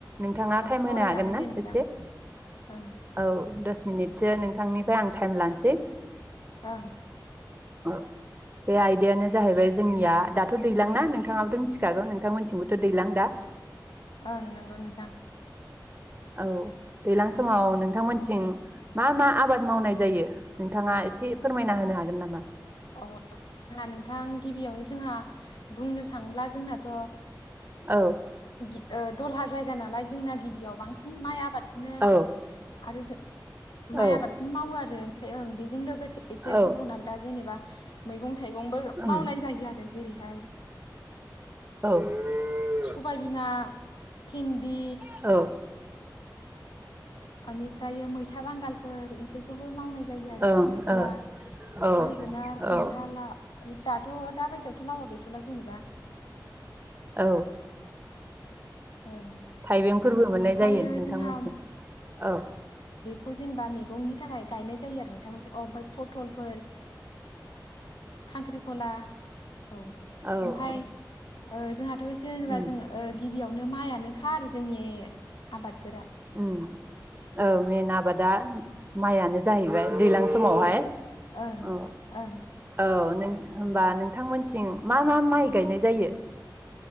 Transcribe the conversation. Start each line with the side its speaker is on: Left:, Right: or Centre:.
Right: नोंथाङा
Left: दं औ
Right: टाइम
Left: सावरायजागोन
Right: होनो हागोन ना
Left: दे नोंथां
Right: एसे
Left: ओं
Right: औ दस मिनिटसो नोंथांनिफ्राय आं टाइम लानोसै।
Left: ओं।
Right: ओ बेयाय दायानो जाहैबाय जोंनिया दाथ' दैलांना नोंथाङाबोथ' मिथिखागौ नोंथांमोनथिंबोथ' दैलां दा।
Left: ओं नंगौ नोंथां।
Right: औ दैज्लां समाव नोंथांमोनथिं मा मा आबाद मावनाय जायो नोंथाङा एसे फोरमायना होनो हागोन नामा?
Left: अ जोंहा नोंथां गिबियावनो जोंहा बुंनो थाङोब्ला जोंनाथ' ओ
Right: औ
Left: गि दलहा जायगा नालाय जोंना गिबियाव बांसिन माइ आबाद खोनो
Right: औ
Left: आरो जो
Right: औ
Left: माइ आबादखौनो मावो आरो। ओं बेजों लोग गोसे एसे
Right: औ
Left: गुबुन आलदा जेनेबा मैगं थाइंबो
Right: उम
Left: मावनाय जायो आरो जेरैहाय
Right: औ
Left: सबायबिमा, भिन्दि
Right: औ
Left: अनिफ्राय मैस था बांगालफोर बेफोरखौ मावनाय जायो
Right: ओं
Left: आरो खांख्रिखला
Right: ओ औ
Left: जोगोनार खुमब्रा
Right: औ
Left: ला दाथ' दा बायदियावथ' लावा गैथ'ला जेनेबा।
Right: औ।
Left: ओं
Right: थाइबेंफोरबो मोननाय
Left: ओमफ्रायो
Right: जायो नोंथांमोननिथिं
Left: जोंहा
Right: औ।
Left: खौ जेनेबा मैगंनि थाखाय गायनाय जायो आरो नोथां मोनसे अ फाय फथलफोर खांख्रिखला औ
Right: औ
Left: ओमफ्राय
Right: औ
Left: ओ जोंहा तो जेनेबा
Right: उम
Left: जों ओ गिबियाव नो माइआनोखा जोंनि आबादफोरा
Right: उम ओ मेन आबाद दा माइयानो जाहैबाय दैज्लां समावहाय।
Left: ओं
Right: अ
Left: ओं
Right: औ। नों होमबा नोंथांमोनथिं मा मा माइ गायनाय जायो?